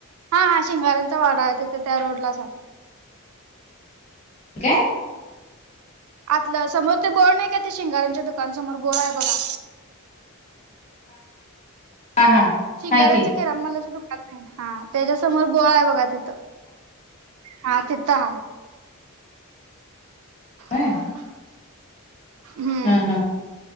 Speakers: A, on the right; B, on the left.
A: हा, हा, शिंगाऱ्यांचा वाडा आहे, तिथे त्या रोड लाच आहे.
B: काय?
A: आतलं, समोर ते बोळ नाही का, ते शिंगारांच्या दुकान समोर बोळ आहे बघा.
B: हा हा.
A: शिंगाऱ्यांचं
B: हाय की
A: किराणमालाचं दुकान आहे. हा त्याच्यासमोर बोळ आहे, बघा तिथं. हा तिथ हाय.
B: काय
A: हम् हम्.
B: हा हा.